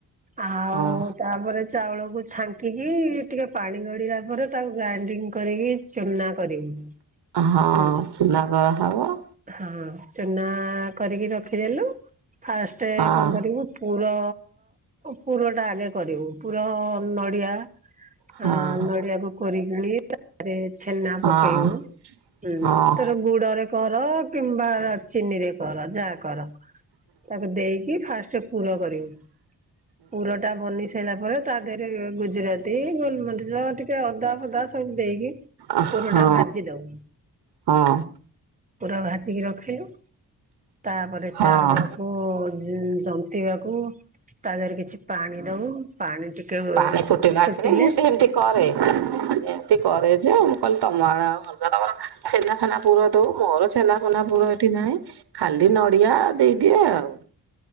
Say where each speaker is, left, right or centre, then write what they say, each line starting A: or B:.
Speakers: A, on the right; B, on the right.
A: ଆଉ
B: ହଁ
A: ତାପରେ ଚାଉଳକୁ ଛାଙ୍କିକି ଟିକେ ପାଣି ଗଡିଲା ପରେ ତାକୁ ଗ୍ରାଇଣ୍ଡିଙ୍ଗ କରିକି ଚୁନା କରିବୁ।
B: ହଁ
A: ହୁଁ
B: ଚୁନା କରା ହବ।
A: ହଁ ଚୁନା କରିକି ରଖିଦେଲୁ ଫାଷ୍ଟ
B: ହଁ
A: କଣ କରିବୁ ପୁର ପୁର ଟା ଆଗେ କରିବୁ ପୁର ନଡ଼ିଆ
B: ହଁ
A: ଆଁ ନଡ଼ିଆକୁ କୋରିକିଣି ତାପରେ ଛେନା
B: ହଁ
A: ପକେଇବୁ। ହୁଁ
B: ହଁ
A: ତୋର ଗୁଡରେ କର କିମ୍ବା ଚିନିରେ କର ଯାହା କର। ତାକୁ ଦେଇକି ଫାଷ୍ଟ ପୁର କରିବୁ ପୁର ଟା ବନି ସାରିଲା ପରେ ତା ଦେହରେ ଗୁଜୁରାତି ଗୋଲମରିଚ ଟିକେ ଅଦା ଫଦା ସବୁ ଦେଇକି
B: ଓ
A: ପୁରଟା
B: ହୋ
A: ଭାଜି ଦବୁ
B: ହଁ।
A: ପୁର ଭାଜିକି ରଖିଲୁ ତାପରେ
B: ହଁ
A: ଚାଉଳକୁ ଜନ୍ତିବାକୁ ତା ଦେହରେ କିଛି ପାଣି ଦବୁ ପାଣି ଟିକେ
B: ପାଣି ଫୁଟିଲା
A: ଫୁଟିଲେ
B: କିଣି ମୁଁ ସେମିତି କରେ ସେମତି କରେ ଯେ ମୁଁ କହିଲି ତମ ଆଡଡେ ଆଉ ଅଲଗା ତମର ଛେନା ଫେନା ପୁର ଦଉ ମୋର ଛେନା ଫେନା ପୁର ଏଠି ନାହିଁ। ଖାଲି ନଡିଆ ଦେଇଦିଏ ଆଉ।